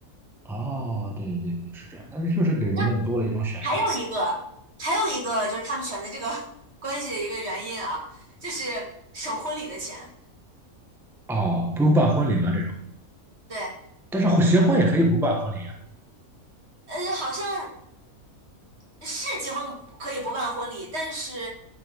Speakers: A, in the centre; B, on the right.
A: 哦，对对对，是这样，但是确实给人们多了一种选项。
B: 那还有一个，还有一个就是他们选择这个 <laughs> 关系的一个原因啊，就是省婚礼的钱。
A: 哦，不用办婚礼吗？这种，
B: 对，
A: 但是结婚也可以不办婚礼啊。
B: 呃，好像是结婚可以不办婚礼，但是